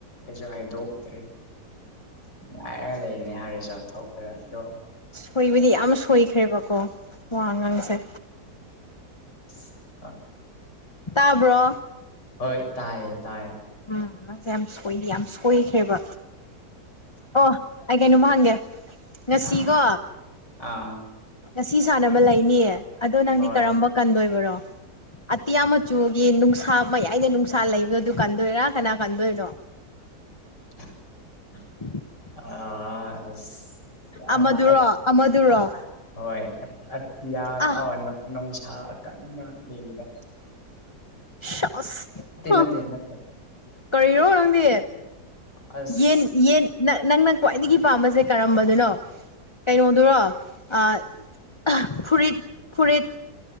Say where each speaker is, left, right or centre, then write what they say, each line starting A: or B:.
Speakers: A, on the left; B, on the left.
A: ꯍꯩꯁꯨ ꯍꯩꯗꯣꯛꯇ꯭ꯔꯦ ꯉꯥꯏꯔꯒ ꯂꯩꯕꯅꯤ ꯍꯥꯏꯔ ꯔꯤꯖꯜꯠꯇꯣ ꯔꯦ ꯑꯗꯣ
B: ꯍꯣꯏꯕꯗꯤ ꯌꯥꯝ ꯁꯣꯏꯈ꯭ꯔꯦꯕꯀꯣ ꯋꯥꯉꯥꯡꯁꯦ
A: <unintelligible>
B: ꯇꯥꯕ꯭ꯔꯣ
A: ꯍꯣꯏ ꯇꯥꯏꯌꯦ ꯇꯥꯏꯌꯦ
B: ꯎꯝ ꯅꯪꯁꯦ ꯌꯥꯝ ꯁꯣꯏꯗꯤ ꯌꯥꯝ ꯁꯣꯏꯈ꯭ꯔꯦꯕ ꯑꯣ ꯑꯩ ꯀꯩꯅꯣꯝ ꯍꯪꯒꯦ ꯉꯁꯤꯀꯣ
A: ꯑꯥ ꯑꯥ
B: ꯉꯁꯤ ꯁꯥꯟꯅꯕ ꯂꯩꯅꯤꯌꯦ ꯑꯗꯣ ꯅꯪꯗꯤ
A: ꯍꯣꯏ
B: ꯀꯔꯝꯕ ꯀꯟꯗꯣꯏꯕꯔꯣ ꯑꯇꯤꯌꯥ ꯃꯆꯨꯒꯤ ꯅꯨꯡꯁꯥ ꯃꯌꯥꯏꯗ ꯅꯨꯡꯁꯥ ꯂꯩꯕꯗꯨ ꯑꯗꯨ ꯀꯟꯗꯣꯏꯔꯥ ꯀꯅꯥ ꯀꯟꯗꯣꯏꯅꯣ <inaudible>
A: <inaudible>
B: ꯎꯝ <inaudible>
A: ꯑꯥ ꯑꯁ
B: ꯑꯃꯗꯨꯔꯣ
A: ꯑꯥ ꯑꯠ
B: ꯑꯃꯗꯨꯔꯣ
A: ꯑꯥ ꯍꯣꯏ ꯑꯇꯤꯌꯥ
B: ꯑꯥ
A: ꯅꯣꯡ ꯅꯣꯡꯁ ꯍꯥ ꯀꯟꯅ ꯌꯦꯉꯕꯗꯣ
B: ꯁꯣꯁ ꯍꯝ
A: ꯅꯠꯇꯦ ꯅꯠꯇꯦ
B: ꯀꯔꯤꯔꯣ ꯅꯪꯗꯤ
A: ꯑꯁ
B: ꯌꯦꯟ ꯌꯦꯟ ꯅꯠ ꯅꯪꯅ ꯈ꯭ꯋꯥꯏꯗꯒꯤ ꯄꯥꯝꯕꯁꯦ ꯀꯔꯝꯕꯗꯨꯅꯣ ꯀꯩꯅꯣꯗꯨꯔꯣ ꯑꯥ ꯐꯨꯔꯤꯠ ꯐꯨꯔꯤꯠ